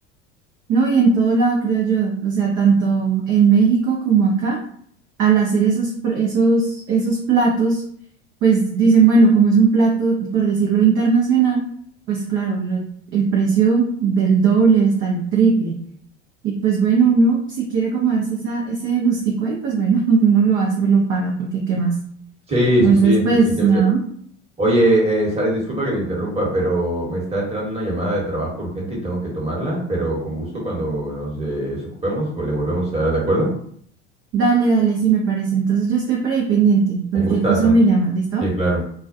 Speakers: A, on the right; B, on the right.
A: No, y en todo lado creo yo, o sea, tanto en México como acá, al hacer esos, pr- esos, esos platos, pues dicen, bueno, como es un plato, por decirlo internacional, pues claro, lo- el precio del doble hasta el triple. Y pues bueno, uno si quiere como darse esa, ese gustico ahí, pues bueno, <laughs> uno lo hace, lo paga, porque qué más.
B: Sí,
A: Entonces,
B: sí, sí,
A: pues
B: definitivamente.
A: nada,
B: Oye, eh, Sara, disculpa que te interrumpa, pero me está entrando una llamada de trabajo urgente y tengo que tomarla, pero con gusto cuando nos eh, desocupemos, vol- le volvemos a dar, ¿de acuerdo?
A: dale, dale, sí me parece. Entonces yo estoy por ahí pendiente, cualquier
B: Un gustazo.
A: cosa me llama, ¿listo?
B: Sí, claro.